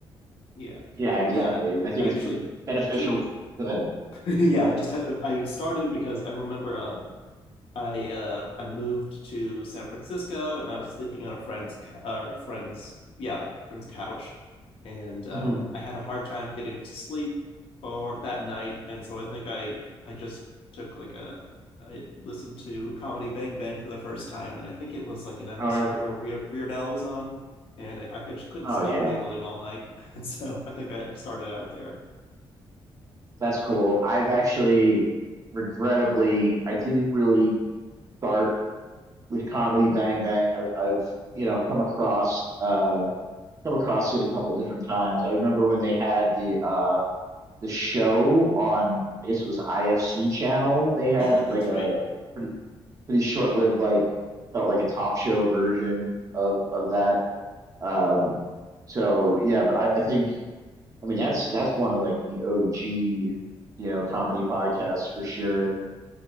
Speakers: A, on the left; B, on the right.
A: yeah,
B: Yeah, exactly.
A: yeah.
B: And I think
A: Actually,
B: it's been beneficial.
A: actually,
B: Go ahead.
A: <laughs> yeah. I just had, I started because I remember um, I uh, I moved to San Francisco and I was sleeping on a friend's uh, friend's yeah friend's couch, and um,
B: hmm
A: I had a hard time getting to sleep for that night, and so I think I I just took like a I listened to Comedy Bang Bang for the first time, and I think it was like an episode
B: Sure.
A: where Weird, Weird Al was on, and I, I could, just couldn't
B: Oh,
A: stop
B: yeah.
A: giggling all night, <laughs> and so I think I, I started out there.
B: That's cool. I've actually, regrettably, I didn't really start with Comedy Bang Bang. I've, I've, you know, come across, uh, come across it a couple different times. I remember when they had the uh the show on I guess it was IFC channel. They had
A: Yeah, that's
B: like a
A: right.
B: pretty pretty short lived like felt like a talk show version of of that. Um so yeah, but I, I think I mean that's that's one of like the OG, you know, comedy podcasts for sure.